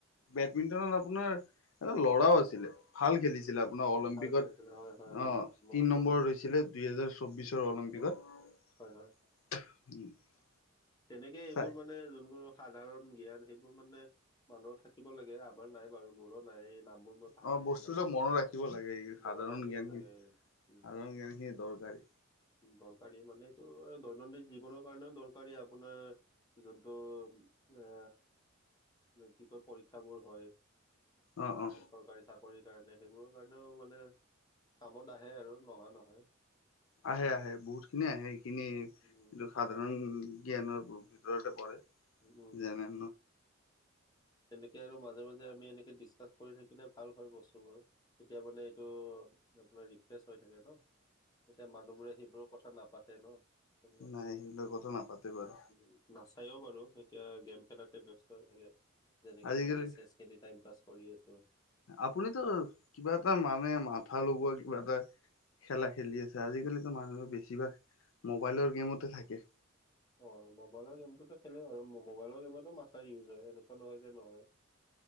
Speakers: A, on the left; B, on the left.
A: বেডমিন্টনত আপোনাৰ এটা ল'ৰাও আছিলে ভাল খেলিছিল ছিল আপোনাৰ অলিম্পিকত
B: ভাল খেলিছিলে হয় হয় হয়
A: অ
B: মনত
A: তিন নম্বৰত
B: পৰিছে
A: হৈছিলে দুইহেজাৰ চৌবিশৰ
B: উম হম
A: অলিম্পিকত
B: হয় হয়
A: <inaudible>
B: তেনেকে এইবোৰ
A: চাই
B: মানে যোনবোৰ সাধাৰণ জ্ঞান সেইবোৰ মানে মানুহৰ থাকিব লাগে। আমাৰ নাই বাৰু, মোৰো নাই। নামবোৰ মই পাহৰি
A: অ বস্তুবিলাক
B: যাই থাকোঁ।
A: মনত ৰাখিব লাগে এই সাধাৰণ
B: মনত ৰাখিব
A: জ্ঞানখিনি
B: লাগে, উম।
A: সাধাৰণ জ্ঞানখিনি দৰকাৰী
B: দৰকাৰী মানে এইটো দৈনন্দিন জীৱনৰ কাৰণেও দৰকাৰী আপোনাৰ যোনটো আ, কি কয় পৰীক্ষাবোৰ হয়।
A: অ অ
B: চৰকাৰী চা কৰিৰ কাৰণে, সেইবোৰৰ কাৰণেও মানে কামত আহে আৰু নহা নহয়।
A: আহে আহে, বহুতখিনি আহে, সেইখিনি
B: উম
A: এইটো সাধাৰণ জ্ঞানৰ ভিতৰতে পঢ়ে
B: উম
A: যেনে
B: তেনেকে আৰু মাজে মাজে আমি এনেকে ডিচকাচ কৰি থাকিলে ভাল হয় বস্তুবোৰ। তেতিয়া মানে এইটো আপোনাৰ ৰিফ্ৰেচ হৈ থাকে ন'। এতিয়া মানুহবোৰে সেইবোৰৰ কথা নাপাতে ন' তেনেকুৱা ধৰণৰ।
A: নাই সেইবিলাক কথা নাপাতে বাৰু
B: নাচায়ও বাৰু, এতিয়া গেম খেলাতে ব্যস্ত হৈ থাকে যেনেকে
A: আজিকালি
B: মই এতিয়া চেচ খেলি টাইম পাছ কৰি আছোঁ।
A: আপুনিতো কিবা এটা মানে মাথা লগোৱা কিবা এটা খেলা খেলি আছে, আজিকালিতো মানুহে বেছিভাগ মোবাইলৰ গেমতে থাকে।
B: অ' মোবাইলৰ গেমতটোতো খেলে আৰু মবাইলৰ গেমতো মাছাৰ ইউজ হয়, এনেকুৱা নহয় যে নহয়।